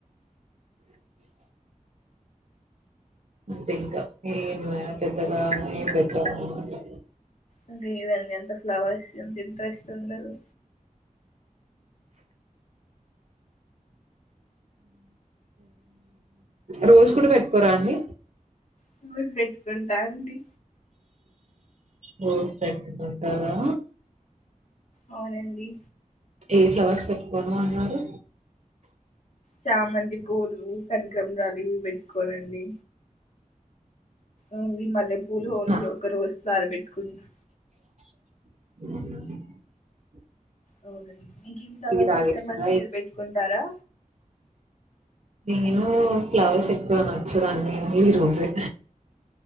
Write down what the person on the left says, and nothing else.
అ లేదండి అంత ఫ్లవర్స్ అంత ఇంట్రెస్ట్ ఉండదు.
పూలు పెట్టుకుంటా అండి.
అవునండి.
చామంతి పూలు కనకమ్రాలు ఇవి పెట్టుకోనండి. ఓన్లీ మల్లెపూలు ఓన్లీ
ఒక రోజోక సారిపెట్టుకుంటా
అవునండి మీకేం ఫ్లవర్స్
ఇష్టం అండి మీరు పెట్టుకుంటారా